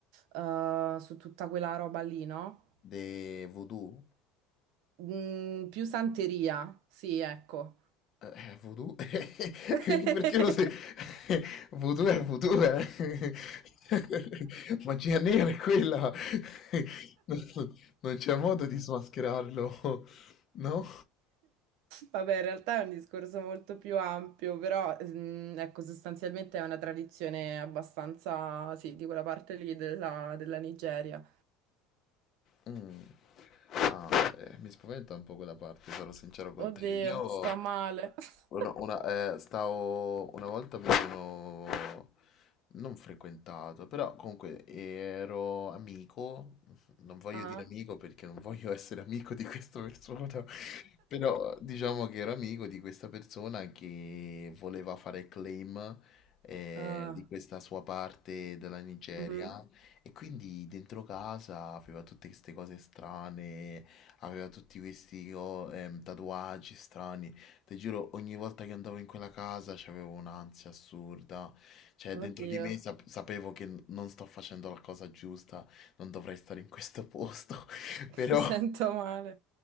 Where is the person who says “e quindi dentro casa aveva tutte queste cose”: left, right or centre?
Left